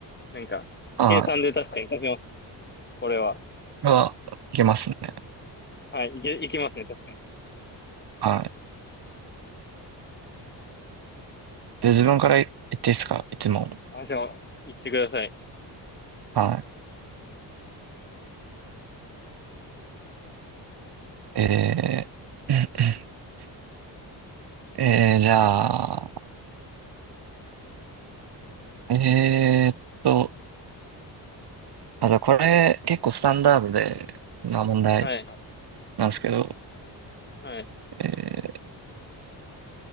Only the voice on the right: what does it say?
はい。
は、いけますね。
はい。で、自分から言っていいですか一問。
はい。えー、<clears throat> えー、じゃあ、えーっと、あ、じゃあこれ結構スタンダードでな問題
なんですけど、
え